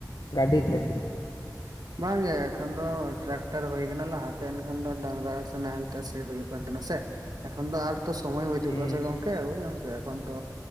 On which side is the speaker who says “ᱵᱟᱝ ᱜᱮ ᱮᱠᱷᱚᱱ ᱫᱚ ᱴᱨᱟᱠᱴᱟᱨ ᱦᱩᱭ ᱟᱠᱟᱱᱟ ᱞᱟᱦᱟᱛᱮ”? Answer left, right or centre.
Right